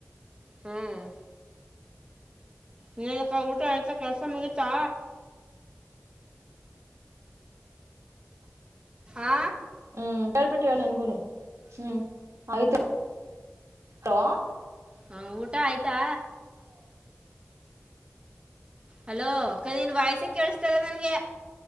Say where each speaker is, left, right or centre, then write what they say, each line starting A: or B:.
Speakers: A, on the right; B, on the right.
A: ಹ್ಮ್ ನೀನ್ಕ್ಕ ಊಟ ಆಯ್ತಾ ಕೆಲಸ ಮುಗತಾ ಆ
B: ಹ್ಮ್ ಹೇಳ್ಬಿಟ್ಟುಹೇಳು ನನ್ಗುನು ಹ್ಮ್ ಆಯ್ತು ಹಲೋ
A: ಹ ಊಟ ಆಯ್ತಾ ಹಲೋ ಕ ನಿನ್ ವಾಯ್ಸ ಕೇಳಸ ಕೇಳಿಸ್ತಾ ಇಲ್ಲ ನನಗೆ